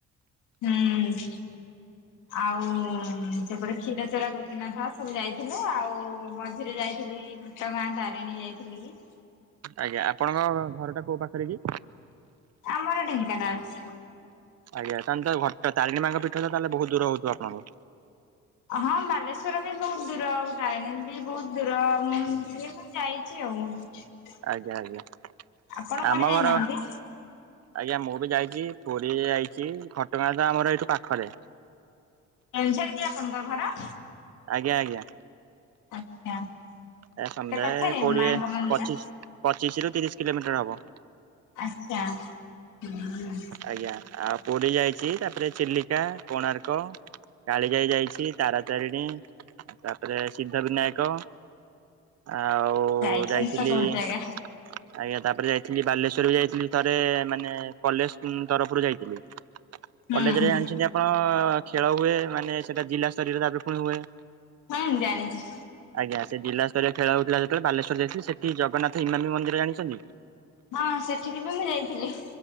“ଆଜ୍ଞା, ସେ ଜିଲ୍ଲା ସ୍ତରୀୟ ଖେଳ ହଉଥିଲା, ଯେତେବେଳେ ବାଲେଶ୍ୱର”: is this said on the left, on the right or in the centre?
Right